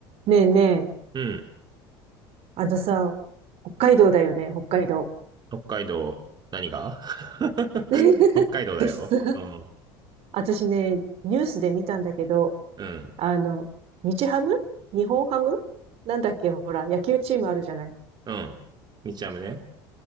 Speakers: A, on the right; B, on the right.
A: ねえねえ、
B: うん。
A: あのさ、北海道だよね、北海道。
B: 北海道、何が <laughs>
A: <laughs>
B: 北海道だよ。
A: 私さ、
B: うん。
A: 私ね、ニュースで見たんだけど、
B: うん。
A: あの、日ハム日本ハムなんだっけ、ほら、野球チームあるじゃない。
B: うん。日ハムね。